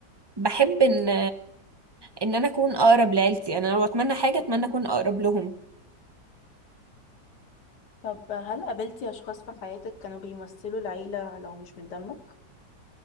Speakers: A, on the right; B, on the left.
A: بحب ان ان انا اكون اقرب لعيلتي يعني انا لو اتمنى حاجة اتمنى اكون اقرب لهم
B: طب هل قابلتي أشخاص في حياتك كانوا بيمثلوا العيلة لو مش من دمك؟